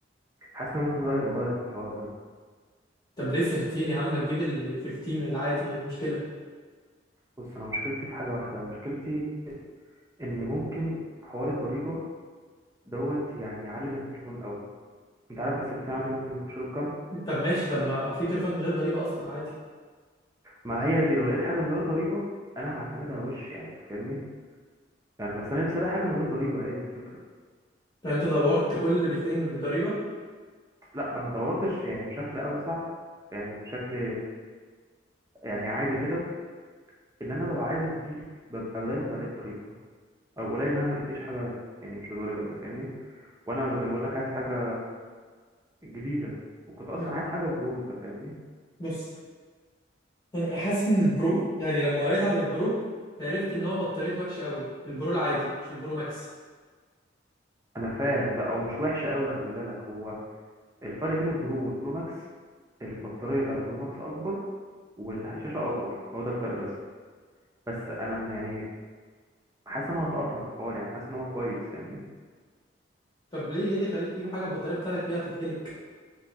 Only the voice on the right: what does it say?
حاسس ان ممكن رأيي يتغير في الحوار ده
بص انا مشكلتي في حاجة واحدة مشكلتي ان ممكن حوار الضريبة دوت يعني يعلم التليفون قوي انت عارف ال 16 عادي ممكن يخش له بكام
ما هي دي لو لقيت حاجة من غير ضريبة انا هعتمدها وش يعني انت فاهمني يعني بس انا نفسي الاقي حاجة من غير ضريبة هي دي الفكرة
لا ما دورتش يعني بشكل اوسع يعني بشكل يعني عادي كده اللي انا ببقى عايزه جديد ببقى دايما بلاقيه بضريبه او قليل ان انا ملاقيش حاجه يعني مش بضريبه انت فاهمني وانا زي ما بقول لك عايز حاجه جديده وكنت اصلا
عايز حاجه برو انت فاهمني
انا فاهم بقى ومش وحشه قوي خلي بالك هو الفرق بين البرو والبرو ماكس البطاريه بتاعت البرو ماكس اكبر والشاشه اكبر هو ده الفرق بس بس انا م- يعني حاسس ان انا هتاقلم على الحوار يعني حاسس ان هو كويس فاهمني